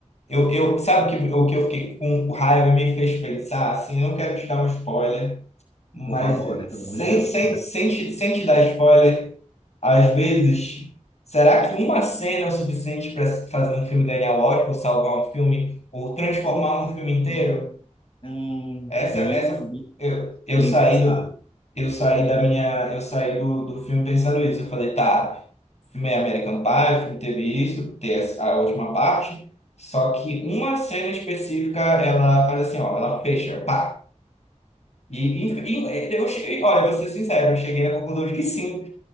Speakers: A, on the left; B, on the left.
A: Eu, eu, sabe o que, o que eu fiquei com raiva me fez pensar? Assim, eu não quero te dar um spoiler, mas
B: por favor,
A: eh,
B: né? Pelo
A: sem,
B: amor de Deus.
A: sem, sem, te, sem te dar spoiler. Às vezes, será que uma cena é o suficiente para fazer um filme ganhar o Oscar, ou salvar um filme, ou transformar
B: Entendi.
A: um filme inteiro?
B: Hum,
A: Essa,
B: bem,
A: essa,
B: bem,
A: eu, eu
B: bem
A: saí
B: pensado.
A: do, eu saí da minha, eu saí do, do filme pensando isso. Eu falei, tá, o filme é American Pie, o filme teve isso, tem essa- a última parte, só que uma cena específica, ela faz assim, ó, ela fecha, pá. E, e- e eu, cheguei olha, vou ser sincero, eu cheguei na conclusão de que sim.